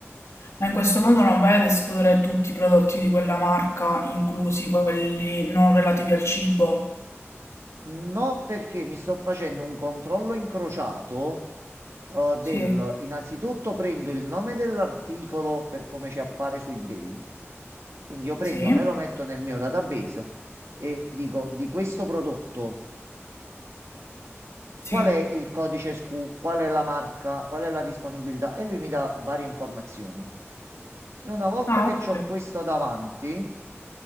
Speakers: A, on the left (about 75°); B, on the right (about 70°).
A: Ma in questo modo non vai ad escludere tutti i prodotti di quella marca, inclusi quelli non relativi al cibo.
B: No, perché mi sto facendo un controllo incrociato eh, del...
A: Sì,
B: Innanzitutto prendo il nome dell'articolo per come ci appare su eBay. Quindi io prendo,
A: sì,
B: me lo metto nel mio database e dico di questo prodotto
A: sì.
B: qual è il codice SKU, qual è la marca, qual è la disponibilità e lui mi dà varie informazioni. E una volta
A: Ah,
B: che
A: ok.
B: ho questo davanti,